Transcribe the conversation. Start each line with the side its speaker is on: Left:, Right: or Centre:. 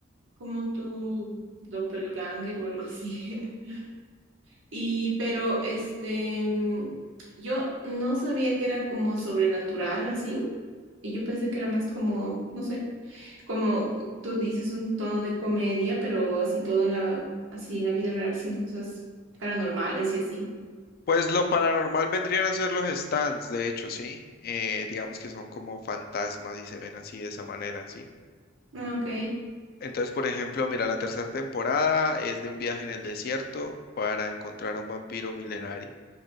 Right: Como tu doppelganger o algo así. <laughs> Y pero este, mm, yo no sabía que era como sobrenatural así. Y yo pensé que era más como, no sé, como c- tú dices un tono de comedia, pero así todo en la, así en la vida real, sin cosas paranormales y así.
Left: Pues lo paranormal vendrían a ser los stands, de hecho, sí. Eh, digamos que son como fantasmas y se ven así de esa manera, sí.
Right: Ah, ok.
Left: Entonces, por ejemplo, mira, la tercera temporada es de un viaje en el desierto para encontrar a un vampiro milenario.